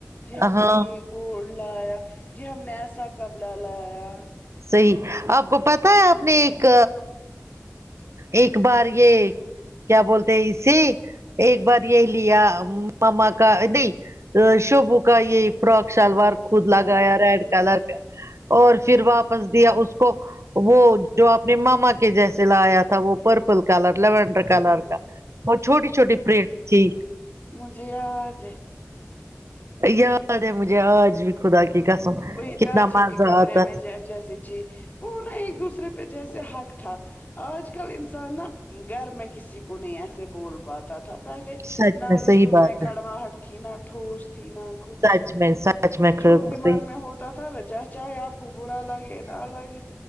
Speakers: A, on the left; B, on the right.
A: جی ہم
B: ہاں
A: نے یہ گولڈ لایا جی ہم نے ایسا کپڑا لایا
B: صحیح آپ کو پتا ہے آپ نے ایک ایک بار یہ کیا بولتے ہے اسے ایک بار یہ لیا ماما کا نہیں ا شبو کا یہ فراک شلوار خود لگایا
A: ہاں وہ
B: ریڈ
A: بلیک
B: کلر اور پھر واپس دیا اس کو وہ جو اپنے ماما کے جیسے لایا تھا وہ پرپل کلر لیونڈر کلر
A: ہاں
B: کا اور چھوٹی چھوٹی <unintelligible> تھی
A: مجھے یاد ہے
B: یاد ہے مجھے آج بھی خدا کی قسم
A: وہی
B: کتنا
A: جا جی
B: مزہ
A: کے کمرے
B: آتا
A: میں
B: تھا
A: جے- جیسے کی وہ نا ایک دوسرے پہ جیسے حق تھا آج کل انسان نا گھر میں کسی کو نہیں ایسے بول پاتا تھا پہلے
B: سچ
A: نہ
B: میں صحیح
A: رشتوں
B: بات
A: میں
B: ہے
A: کڑواہٹ تھی نہ ٹھوس تھی نہ کچھ
B: سچ میں سچ میں
A: جو بیمار
B: صحیح
A: ہوتا تھا جب چاہے آپ کو برا لگے نہ لگے